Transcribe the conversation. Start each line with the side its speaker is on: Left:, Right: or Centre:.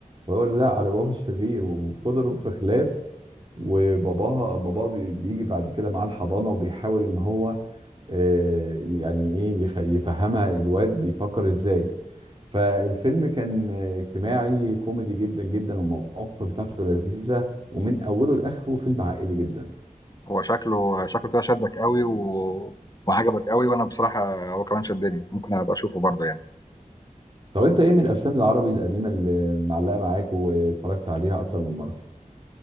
Right: فيقول لا علي بابا الشرير وفضلوا في خلاف وباباها باباه بي- بيجي بعد كده معاه الحضانه وبيحاول ان هو آه، يعني ايه يخ- يفهمها الواد بيفكر ازاي فالفيلم كان آه، اجتماعي كوميدي جدا جدا والمواقف بتاعته لذيذه ومن اوله لاخره فيلم عائلي جدا
Left: هو شكله شكله كده شدك قوي و... وعجبك قوي وأنا بصراحة هو كمان شدني ممكن أبقى أشوفه برضه يعني
Right: طب انت ايه من الافلام العربي القديمه اللي معلقه معاك واتفرجت عليها اكتر من مره